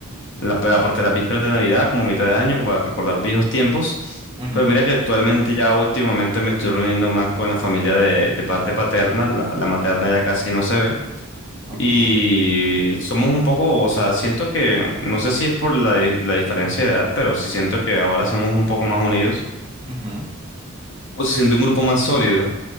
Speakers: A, on the left; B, on the right.
A: la, pues, aparte de las vísperas de Navidad, como a mitad de año, como para recordar viejos tiempos.
B: Ujú,
A: Pero mira que actualmente ya últimamente me estoy reuniendo más con la familia de, de parte paterna, la, la materna ya casi no se ve.
B: Ok.
A: Y somos un poco, o sea, siento que, no sé si es por la, di- la diferencia de edad, pero sí siento que ahora somos un poco más unidos.
B: Ujú.
A: O se siente un grupo más sólido,